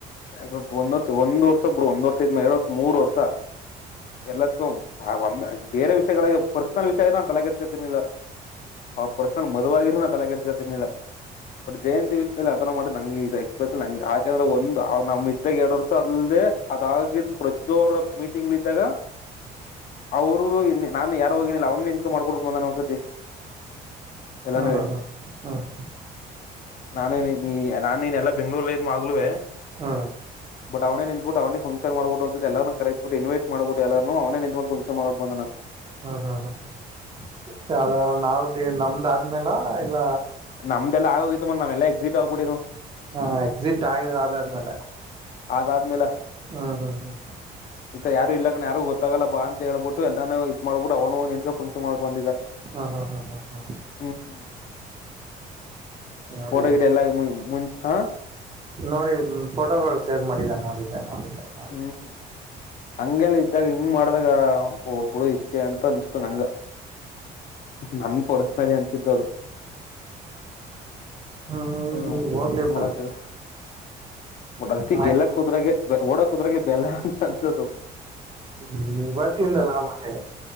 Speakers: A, on the left (about 55°); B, on the right (about 30°).
A: ಯಾಕ ಒಂದ್ರ್ ಒಂದ್ ವರ್ಷ ಬಿರು ಒಂದ್ ವರ್ಷ ಐ್ಮ ಎರಡ್ ವರ್ಷ ಮೂರ್ ವರ್ಷ ಎಲ್ಲತ್ಕೊಂಡ ಆ ಬೇರೆಷಯಗಳಾಗಿ ಪರ್ಸನಲ್ ವಿಷಯ ಇದ ನಾನು ತಲೆಕೆಡಿಸಿಕೊಂಡಿತಿರಲಿಲ್ಲ ಅವ ಪರ್ಸನಲ್ ಮದುವಾಗಿರೂ ನಾ ತಲೆ ಕೆೇರ್ಸಕ ತಿನಿಲ್ಲ ಬಟ್ ಜಯಂತಿ ಆಥರ ಮಾಡಿ ನಂಗೆ ಇ ಎಕ್ಸ್ಪ್ರೆಸ್ಂಗೆ ಯಾಕಂದ್ರೆ ಒಂದು ಅವ್ ನಮ ಇದಾಗ ಎರಡು ವರ್ಷ ಅದದೆ ಅದಾಗಿದ್ದು ಪ್ರತಿಯೊರ ಮೀಟಿಂಗ್ ಇದ್ದಾಗ ಅವರು ನಾು ಯಾರು ಹೋಗನಿಲ್ಲ ಅವನ್ನ ಇನ್ಕ ಮಾಡ್ಬಿಟ್ಟು ಬಂದಾನ ಒಂದ್ಸತಿ ಎಲ್ಲಾನುವೆ
B: ಹ್ಮ ಹ್ಮ ಹ್ಮ್ ಹ್ಮ ಹ
A: ನಾನು ನಾನ ನೀನ್ ಎಲ್ಲಾ ಬೆಂಗ್ಳೂರ್ ಲ್ಲಿಯೇ ಮಾಗಲುವೆ
B: ಹ್ಮ
A: ಬಟ್ ಅವನೇ ನಿಂದ್ ಅವನೇ ಫಕ್ಷನ್ ಮಾಡಬಿಟು ಅವನೇ ಒಂದು ಸತಿ ಎಲ್ಲು ಕರೆಸಬಿುಟು ಇನವೈಟ್ ಮಾಡಬಿಟು ಎಲ್ಲಾರನು ಅವನೇ ನಿಂದ ಕೋಂಡ ಫಂಗಷನ್ ಮಾಡಬುಟು ಬಂದಾನ್
B: ಹ್ಮ್ ಹ್ಮ್ ಹ್ಮ್ ನಾವ ನಮ್ದ ಆದ್ಮೇಲ ಇಲ್ಲ
A: ನಮ್ದೆಲ್ಲ ಆಗೋಗತ್ತು ಮ ನಾವೆಲ್ಲ ಎಕ್ಸಿಟ್ ಆಗಬಿಡಿದವು
B: ಹಾ ಎಕ್ಸಿಟ್ ಆಗ ಅದಾದ್ಮೇಲೆ
A: ಅದ್ ಆದ್ಮೇಲೆ
B: ಹ್ಮ್ ಹ್ಮ್ ಹ್ಮ್
A: ಹ <unintelligible> ಇ ಯಾರು ಇಲ್ಲಕಣ ಯಾರು ಗೊತ್ತಾಗಲ್ಲ ಬಾ ಅಂತ ಹೇಳಳ್ಬಟ್ಟ ಎಲ್ಲಾನೂ ಇದ್ ಮಾಡ್ಬಿಟ್ಟ ಅವನು ನಿಂತ್ ಹೋಗ್ಬಿಟ್ಟು ಫಂಗಷನ್ ಮಾಡಿ ಬಂದಿದ್ದ
B: ಹಾ ಹಾ ಹಾ ಹಾ ಹಾ
A: ಹ್ಮ್
B: ನೋಡಿದೆ
A: ಫೋಟೋ ಗಿಟೊ ಎಲ್ಲ ಮುಂ ಹಾ
B: ನೋಡಿ ಫೋಟೋಗಳು ಶೇರ್ ಮಾಡಿದ ನೋಡಿ ಸರ್ ನೋಡಿ ಸರ್
A: ಹ್ಮ್ ಹಂಗೆಲ್ಲಾ ಇದಾಗ ಹಿಂಗ್ ಮಾಡ್ದಾಗ ಒಬ್ಬಡು ಇಷ್ಟೇ ಅಂತ ಅನ್ಸ್ತು ನಂಗ ನನ್ ಪೊಡಸ್ನಾರಿ ಅನ್ಸಿದ್ದ ಅದು
B: ಹ್ಮ್
A: ಏನ್
B: ಹೋಗ್ಲಿ ಬಿಡು
A: ಮಾಡಕ್ <unintelligible> ಓಡಲ್ಕಿ
B: ಮೈ
A: ಗೆಲ್ಲ ಕುದುರೇಗ ಓಡ ಕುದುರಗೆ ಬೆಲೇ ಅಂತ ಅನ್ಸತು
B: ನೀನ್ ಇವತ್ತಿಂದಲ್ಲಾ ಆ ಮನೆ